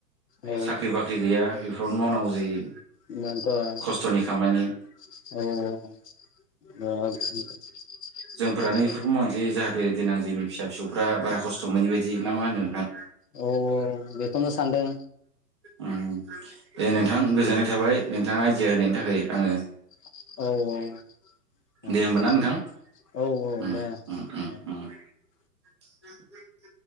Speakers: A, on the left; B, on the right.
A: औ
B: साख्रि बाख्रि गैया बेफोरावनो मावनांगौ जायो।
A: बेनथ'
B: खस्थ'नि
A: औ
B: खामानि
A: औ <inaudible>
B: जोंफोरानो बेफोरखौ मावनोसै जाहाथे देनां जोंनि फिसा फिसौफ्रा बारा खस्थ' मोनै बायदि ना मा होनो नोंथां
A: औ बेखौनो सानदों
B: उम दे नोंथां गोजोननाय थाबाय नोंथाङा जिरायनायनि थाखाय आङो
A: औ औ ओ
B: दे होमबा ना
A: औ
B: नोंथां
A: औ
B: उम
A: दे
B: उम उम
A: ओ
B: उम <unintelligible>